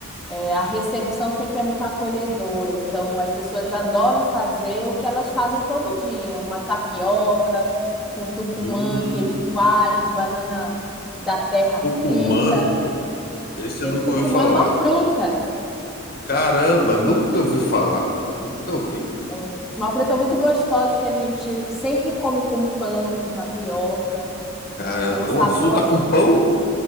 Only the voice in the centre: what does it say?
é, a recepção sempre é muito acolhedora, então as pessoas adoram fazer o que elas fazem todo dia, uma tapioca com tucumã,
queijo coalho, banana da terra
frita.
Tucumã
é uma fruta.
É um- uma fruta muito gostosa que a gente sempre come com pão, com tapioca.
Tem um sabor
assim.